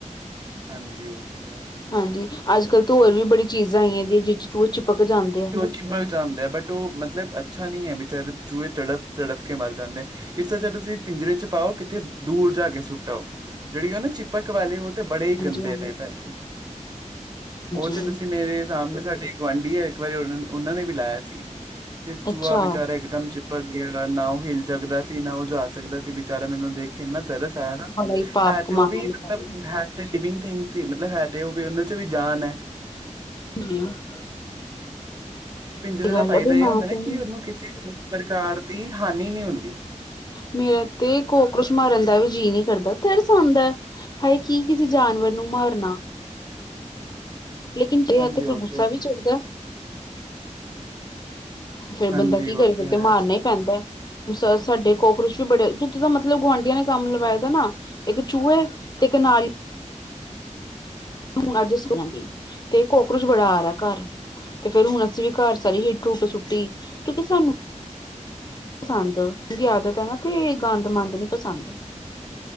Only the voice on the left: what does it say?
ਹਾਂਜੀ ਅੱਜ-ਕੱਲ੍ਹ ਤੋ ਹੋਰ ਵੀ ਬੜੀ ਚੀਜ਼ਾਂ ਆਈਆਂ ਦੀਆਂ ਜਿਹਦੇ ਵਿੱਚ ਚੂਹੇ ਚਿਪਕ ਜਾਂਦੇ ਆ।
ਹਾਂਜੀ
ਹਾਂਜੀ
ਹਾਂਜੀ
ਅੱਛਾ
ਬੜਾ ਹੀ ਪਾਪ
ਕਮਾਉਣ
ਵਾਲੀ
ਗੱਲ
<unintelligible>
ਇਹ ਗੱਲ
ਹੈ ਬਈ
ਮੈਂ
ਤੇ
ਮੇਰਾ ਤੇ ਕੋਕਰੋਜ ਮਾਰਨ ਦਾ ਵੀ ਜੀਅ ਨਹੀਂ ਕਰਦਾ ਤਰਸ ਆਉਂਦਾ ਹੈ। ਹਾਏ ਕੀ ਕਿਸੀ ਜਾਨਵਰ ਨੂੰ ਮਾਰਨਾ। ਲੇਕਿਨ ਕਿਆ
ਤੇ ਫਿਰ
ਗੁੱਸਾ
ਵੀ ਚੜਦਾ ਫੇਰ
ਬੰਦਾ ਕੀ
ਕਰੇ ਫਿਰ ਤੇ
ਮਾਰਨਾ ਈ ਪੈਂਂਦਾ ਸਾਡੇ ਕੋਕਰੋਚ ਵੀ ਬੜੇ ਦੁੱਧ ਦਾ ਮਤਲਬ ਗੁਆਂਢੀਆਂ ਨੇ ਕੰਮ ਲਵਾਏ ਦਾ ਨਾ ਇੱਕ ਚੂਹੇ ਤੇ ਇੱਕ ਨਾਲ ਈ ਹੁਣ ਜਿਸਿਆਂ ਦੀ ਤੇ ਕੋਕਰੋਚ ਬੜਾ ਆ ਰਿਹਾ ਘਰ ਤੇ ਫਿਰ ਹੁਣ ਅਸੀਂ ਵੀ ਘਰ ਸਾਰੀ ਹਿਟ ਹੁੱਟ ਸੁੱਟੀ ਕਿਉਂਕਿ ਸਾਨੂੰ ਪਸੰਦ ਦੀ ਆਦਤ ਹੈ ਨਾ ਤੇ ਗੰਦ ਮੰੰਦ ਨੀ ਪਸੰਦ।